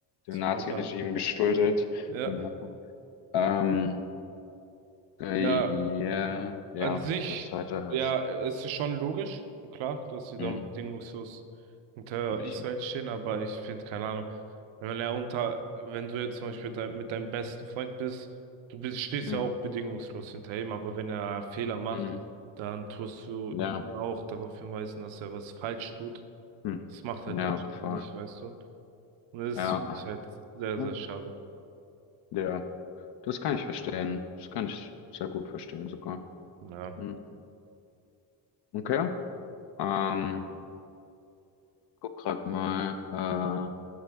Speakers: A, on the left; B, on the right.
A: dem Nazi-Regime
B: verdanken.
A: geschuldet.
B: Ja.
A: Genau. Ähm, äh,
B: Ja,
A: ja, ja,
B: an sich,
A: das zweite habe
B: ja,
A: ich.
B: es ist schon logisch, klar, dass sie
A: Hm,
B: dann bedingungslos hinter
A: mich,
B: Israel stehen, aber ich finde, keine Ahnung, wenn er unter, wenn du jetzt zum Beispiel dein, mit deinem besten Freund bist, du bist, stehst
A: hm,
B: ja auch bedingungslos hinter ihm, aber wenn er Fehler macht,
A: hm,
B: dann tust du
A: ja,
B: ihn ja auch darauf hinweisen, dass er was falsch tut.
A: hm,
B: Das macht halt
A: ja,
B: Deutschland
A: voll.
B: nicht, weißt du? Und das
A: Ja,
B: finde ich halt sehr,
A: hm,
B: sehr schade.
A: ja, das kann ich verstehen. Das kann ich sehr gut verstehen sogar.
B: Ja,
A: Hm, okay. Ähm, Guck grad mal, äh,